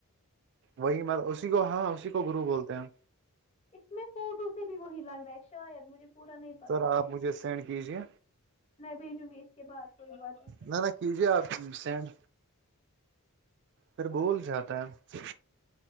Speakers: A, on the right; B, on the left.
A: وہی م اسی کو ہاں اسی کو گرو بولتے ہیں ہم
B: اس میں فوٹو سے بھی وہی لگ رہا ہے شاید مجھے پورا نہیں پتا
A: سر
B: ہے
A: آپ مجھے سینڈ کیجے
B: میں بھیجوں گی اس کے بعد کوئی بات نہیں
A: نہ نہ کیجے آپ سینڈ پھر
B: اوکے
A: بول
B: کوئی
A: جاتا
B: بات
A: ہے